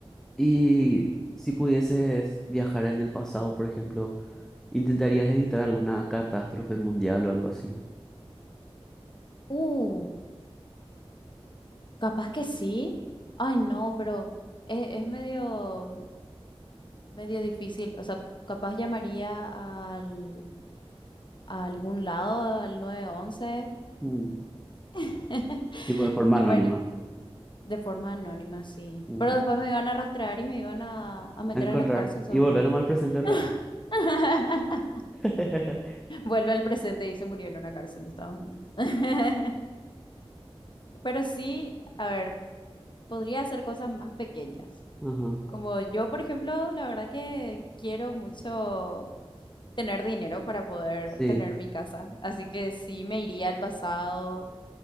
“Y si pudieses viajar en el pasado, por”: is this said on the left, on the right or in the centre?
Centre